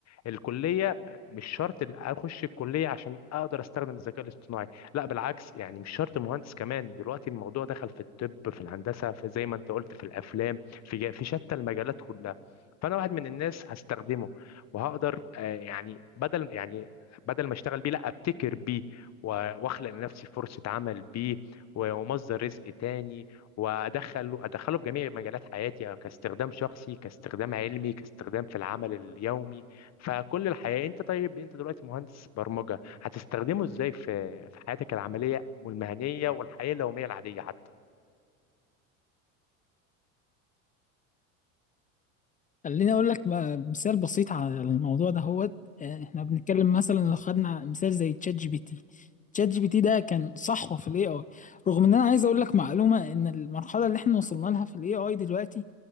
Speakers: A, on the left; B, on the left.
A: الكليه مش شرط ال- اخش الكليه عشان اقدر استخدم الذكاء الاصطناعي لا بالعكس يعني مش شرط مهندس كمان دلوقتي الموضوع دخل في الطب في الهندسه في زي ما انت قلت في الافلام في جا- في شتى المجالات كلها فانا واحد من الناس هستخدمه وهقدر آه، يعني بدل يعني بدل ما اشتغل بيه لا ابتكر بيه و- واخلق لنفسي فرصه عمل بيه و- ومصدر رزق تاني وادخله ادخله في جميع مجالات حياتي كاستخدام شخصي كاستخدام علمي كاستخدام في العمل اليومي فكل الحياة انت طيب انت دلوقتي مهندس برمجة هتستخدمه ازاي في في حياتك العملية والمهنية والحياة اليومية العادية حتى
B: خليني أقول لك م- مثال بسيط على الموضوع ده هو آه، إحنا بنتكلم مثلا لو خدنا مثال زي تشات جي بي تي تشات جي بي تي ده كان صحوة في ال AI رغم إن أنا عايز أقول لك معلومة إن المرحلة اللي إحنا وصلنا لها في ال AI دلوقتي